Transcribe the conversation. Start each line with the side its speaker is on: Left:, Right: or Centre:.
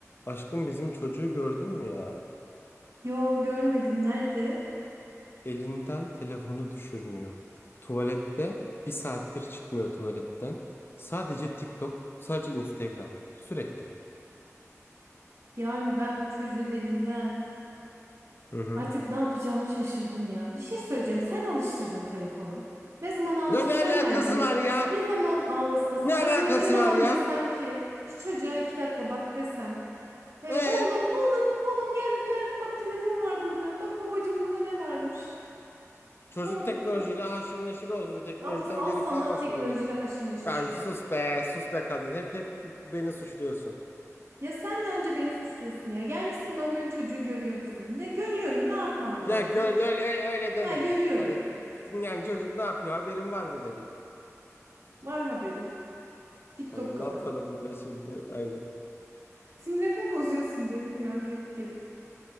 Left: Aşkım bizim çocuğu gördün mü ya?
Right: Yo görmedim nerede?
Left: Elinden telefonu düşürmüyor. Tuvalette bir saattir çıkmıyor tuvaletten. Sadece TikTok, sadece Instagram. Sürekli.
Right: Yani ben bu çocuğun elinden
Left: Hı hı.
Right: artık ne yapacağımı şaşırdım ya. Bir şey söyleyeceğim. Sen alıştırdın telefonu. Ne zaman ağlasa
Left: Ya ne
Right: sen
Left: alakası
Right: verdin.
Left: var ya?
Right: Ne zaman ağlasa sana
Left: Ne alakası
Right: de, ne zaman
Left: var ya?
Right: desem ki şu çocuğa iki dakika bak desem. E,
Left: Ee,
Right: oğlum oğlum oğlum gel gel bak telefon var burada. Bak babacım burada ne varmış.
Left: çocuk
Right: Ne oldu?
Left: teknolojiyle haşır neşir olsun, teknolojiden
Right: Al, al
Left: geri
Right: sana
Left: kalmasın
Right: teknolojiyle
Left: dedi.
Right: haşır neşir
Left: Ya
Right: şu
Left: sus
Right: an.
Left: be, sus be kadın. Hep hep beni suçluyorsun.
Right: Ya sen önce beni suçluyorsun ya. Gelmişsin bana diyorsun çocuğu görüyor musun? Ne görüyorum ne yapmam
Left: Ya
Right: lazım?
Left: gör öyle öyle, öyle demedik.
Right: Ha görüyorum.
Left: Hani yani çocuk ne yapıyor? Haberin var mı dedik.
Right: Var haberim. TikTok'a
Left: Tamam ne yapalım
Right: bakıyorum.
Left: böyle şimdi? Aynen.
Right: Sinirlerimi <laughs> bozuyorsun benim ya gelip gelip.